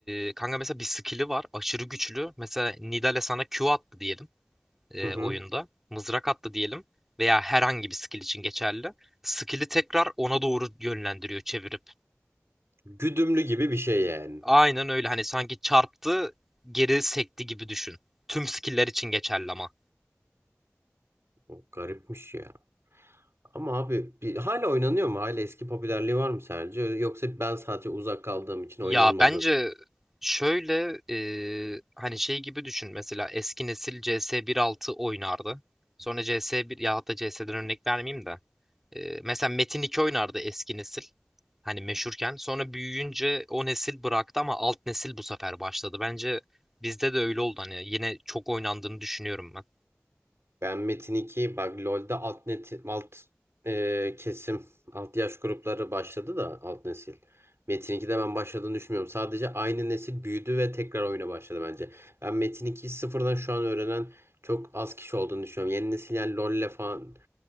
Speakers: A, in the centre; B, on the right.
A: E, kanka mesela bir skill'i var. Aşırı güçlü. Mesela Nidal'e sana Q attı diyelim. e,
B: Hı hı.
A: oyunda. Mızrak attı diyelim veya herhangi bir skill için geçerli. Skill'i tekrar ona doğru yönlendiriyor çevirip.
B: Güdümlü gibi bir şey yani.
A: Aynen öyle hani sanki çarptı geri sekti gibi düşün. Tüm skill'ler için geçerli ama.
B: O garipmiş ya. Ama abi bir, hala oynanıyor mu? Hala eski popülerliği var mı sence? Yoksa ben sadece uzak kaldığım için
A: Ya
B: oynanmadı.
A: bence şöyle e, hani şey gibi düşün mesela eski nesil CS 1.6 oynardı. Sonra CS1 ya hatta CS'den örnek vermeyeyim de. e, mesela Metin 2 oynardı eski nesil. Hani meşhurken. Sonra büyüyünce o nesil bıraktı ama alt nesil bu sefer başladı. Bence bizde de öyle oldu. Hani yine çok oynandığını düşünüyorum ben.
B: Ben Metin 2 bak LoL'de alt net alt e, kesim alt yaş grupları başladı da alt nesil. Metin 2'de ben başladığını düşünmüyorum. Sadece aynı nesil büyüdü ve tekrar oyuna başladı bence. Ben Metin 2'yi sıfırdan şu an öğrenen çok az kişi olduğunu düşünüyorum. Yeni nesil yani LoL'le falan